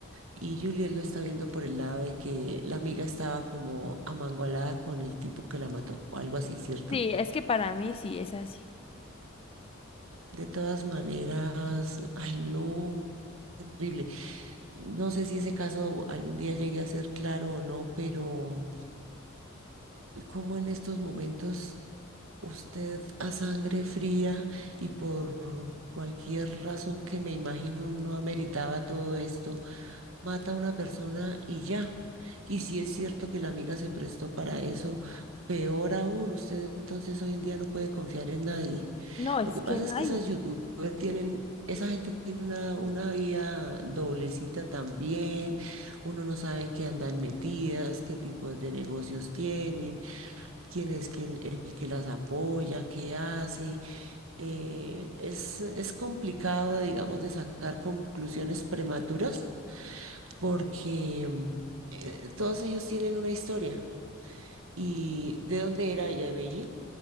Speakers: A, on the right; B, on the left.
A: Y Juliet lo está viendo por el lado de que la amiga estaba como amangualada con el tipo que la mató, o algo así, ¿cierto?
B: Sí, es que para mí sí es así.
A: De todas maneras, ay, no, terrible. No sé si ese caso algún día llegue a ser claro o no, pero como en estos momentos usted a sangre fría y por cualquier razón que me imagino no ameritaba todo esto, mata a una persona y ya. Y si es cierto que la amiga se prestó para eso, peor aún, usted entonces hoy en día no puede confiar en nadie.
B: No, es
A: Lo que
B: que
A: pasa
B: nadie.
A: es que esas youtubers tienen, esa gente tiene una, una vida doblecita también, uno no sabe en qué andan metidas, qué tipos de negocios tienen, quién es quien, el que las apoya, qué hace. Eh, es, es complicado, digamos, de sacar conclusiones prematuras porque mm, eh, todos ellos tienen una historia. ¿Y de dónde era ella? ¿De Medellín?